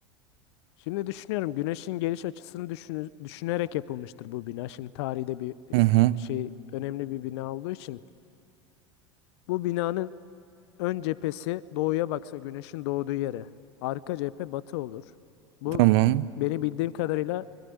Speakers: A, on the left (about 60°); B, on the right (about 60°).
A: Şimdi düşünüyorum güneşin geliş açısını düşünü- düşünerek yapılmıştır bu bina. Şimdi tarihte bir
B: Hı hı.
A: şey önemli bir bina olduğu için bu binanın ön cephesi doğuya baksa güneşin doğduğu yere. Arka cephe batı olur. Bu
B: Tamam.
A: beni bildiğim kadarıyla